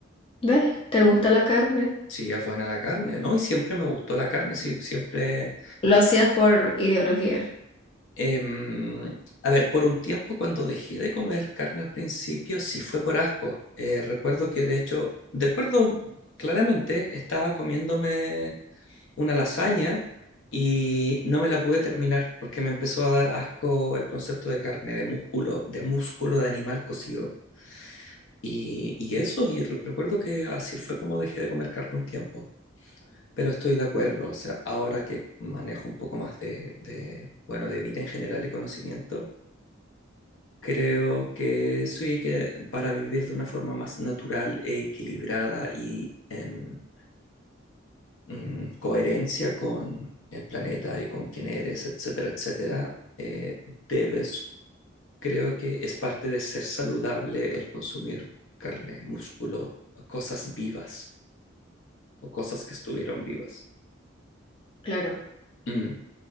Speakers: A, on the left (about 25°); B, on the left (about 70°).
A: ¿Ves? ¿Te gusta la carne?
B: Sí, es buena la carne, ¿no? Y siempre me gustó la carne, sí, siempre.
A: Lo hacías por ideología,
B: em, a ver, por un tiempo cuando dejé de comer carne al principio, sí fue por asco. Eh, recuerdo que de hecho, de acuerdo claramente, estaba comiéndome. una lasaña y no me la pude terminar porque me empezó a dar asco el concepto de carne, de músculo, de músculo de animal cocido. Y, y eso, y re- recuerdo que así fue como dejé de comer carne un tiempo. Pero estoy de acuerdo, o sea, ahora que manejo un poco más de, de, bueno, de vida en general y conocimiento, creo que sí, que para vivir de una forma más natural e equilibrada y en mm, coherencia con el planeta y con quién eres, etcétera, etcétera, eh, debes, creo que es parte de ser saludable el consumir carne, músculo, cosas vivas o cosas que estuvieron vivas.
A: claro.
B: Mm.